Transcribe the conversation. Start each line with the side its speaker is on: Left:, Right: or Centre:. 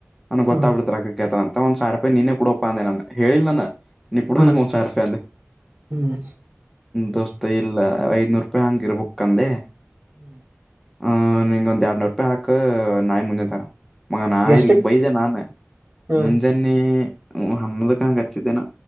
Centre: ನನ್ಗ
Right: ಹಾ
Centre: ಗೊತ್ತಾಬಿಡ್ತ ರೊಕ್ಕ ಕೇಳ್ದನಂತ ಒಂದ ಸಾವಿರ ರೂಪಾಯಿ ನೀನೇ ಕೊಡು ಅಂತ ಅಂದೆ ನಾನು. ಹೇಳಿಲ್ನಾನ ನೀ ಕೊಡ
Right: ಹಾ
Centre: ನಂಗ ಒಂದ್ ಸಾವಿರ ರೂಪಾಯಿ ಅಂದೆ
Right: ಹ್ಮ್
Centre: ದೋಸ್ತ ಇಲ್ಲ ಐದ್ನೂರು ರೂಪಾಯಿ ಹಂಗಿರ ಬಕ್ಕ ಅಂದೆ
Right: ಹ್ಮ್
Centre: ಹ ನಿಂಗ ಒಂದ್ ಎರಡ್ನೂರ್ ರೂಪಾಯಿ ಹಾಕ್ ನಾಯಿ ಮುಂದೆ ತರ ಮಗ ನಾ
Right: ಎಷ್ಟಕ್
Centre: ಇಲ್ಲಿ ಬೈ್ದೆ ನಾನ
Right: ಹಾ
Centre: ಮುಂಜಾನೆ ಹನ್ನೊಂದಕ್ಕನ ಹಚ್ಚಿದ್ದೆನಾ